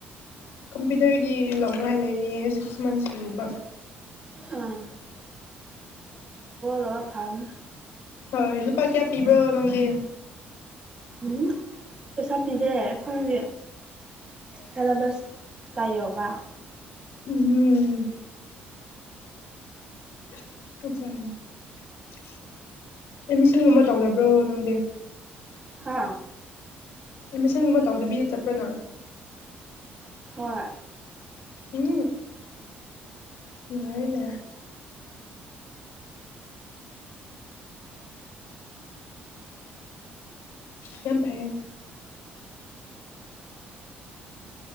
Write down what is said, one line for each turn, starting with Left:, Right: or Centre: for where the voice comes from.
Left: ꯀꯝꯄ꯭ꯌꯨꯇꯔꯒꯤ ꯂꯧꯅꯉꯥꯏ ꯂꯩꯔꯤꯌꯦ ꯁꯤꯛꯁ ꯃꯟꯁ ꯀꯤꯒꯨꯝꯕ
Right: ꯑꯥ ꯑꯣ ꯐꯕꯅꯤ
Left: ꯍꯣꯏ ꯂꯨꯄꯥ ꯀꯌꯥ ꯄꯤꯕ꯭ꯔꯣ ꯅꯪꯗꯤ
Right: ꯎꯝ ꯄꯩꯁꯥ ꯄꯤꯗꯦ ꯑꯩꯈꯣꯏꯒꯤ ꯁꯦꯜꯂꯦꯕꯁꯇ ꯌꯥꯎꯕ
Left: ꯎꯝꯍꯝ ꯑꯆꯥ ꯑꯦꯠꯃꯤꯁꯟꯒꯨꯝꯕ ꯇꯧꯗꯕ꯭ꯔꯣ ꯅꯪꯗꯤ
Right: ꯍꯥ
Left: ꯑꯦꯠꯃꯤꯁꯒꯨꯝꯕ ꯇꯧꯗꯕꯤꯗ ꯆꯠꯄꯔꯥ ꯅꯪ
Right: ꯍꯣꯏ
Left: ꯎꯝ ꯅꯨꯡꯉꯥꯏꯌꯦꯅꯦ ꯌꯥꯝ ꯐꯩꯌꯦ